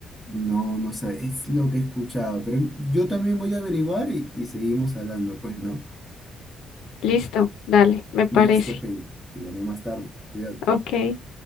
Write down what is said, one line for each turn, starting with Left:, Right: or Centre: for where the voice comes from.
Centre: No, no sé, es lo que he escuchado, pero yo también voy a averiguar y, y seguimos hablando, pues, ¿no?
Left: Listo, dale, me parece.
Centre: Listo, hey, te llamo más tarde, cuídate.
Left: Ok.